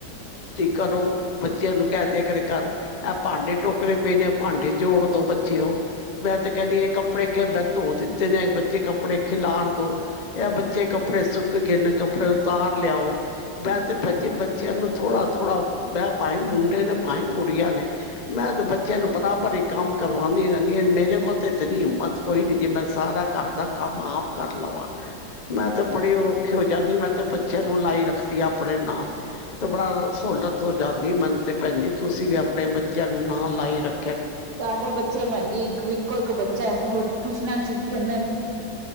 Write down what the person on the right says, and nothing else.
ਸਾਡੇ ਬੱਚੇ ਭੈਣ ਜੀ ਇੱਕ ਇੱਕੋ ਇੱਕ ਬੱਚਾ ਹੈ ਹੋਰ ਟਿਊਸ਼ਨ ਰਿਹਂਦਾ